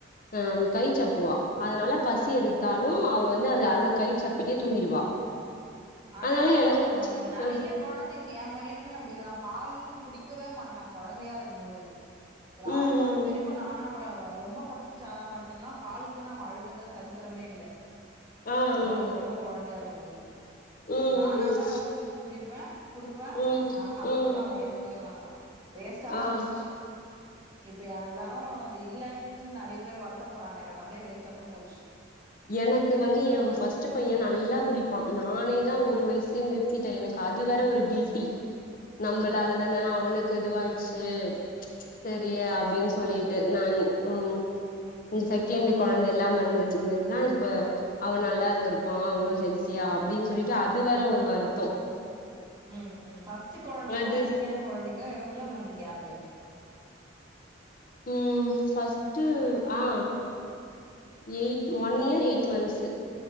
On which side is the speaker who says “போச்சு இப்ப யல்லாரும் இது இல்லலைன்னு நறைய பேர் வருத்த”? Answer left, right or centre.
Right